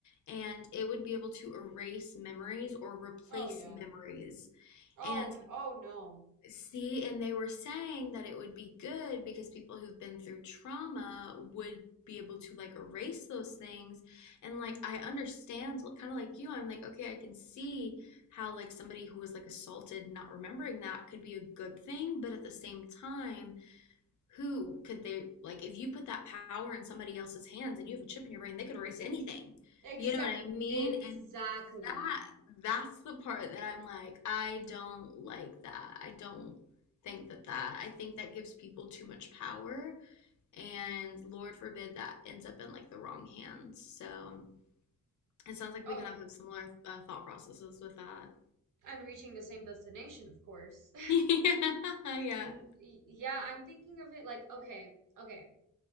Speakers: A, on the left (about 55°); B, on the right (about 65°).
A: and it would be able to erase memories or replace
B: Oh yeah.
A: memories.
B: Oh
A: And
B: oh no.
A: See, and they were saying that it would be good because people who've been through trauma would be able to like erase those things. And like, I understand, kind of like you, I'm like, okay, I can see how like somebody who was like assaulted not remembering that could be a good thing, but at the same time, who could they like if you put that power in somebody else's hands and you have a chip in your brain they could erase anything
B: Exact
A: you know what i mean
B: exactly.
A: and that that's the part that i'm like i don't like that i don't think that that i think that gives people too much power and lord forbid that ends up in like the wrong hands so it sounds like
B: Oh
A: we kind
B: yeah.
A: of have similar uh, thought processes with that
B: And reaching the same destination, of course.
A: <laughs> yeah yeah
B: <laughs> Yeah, I'm thinking of it like, okay, okay.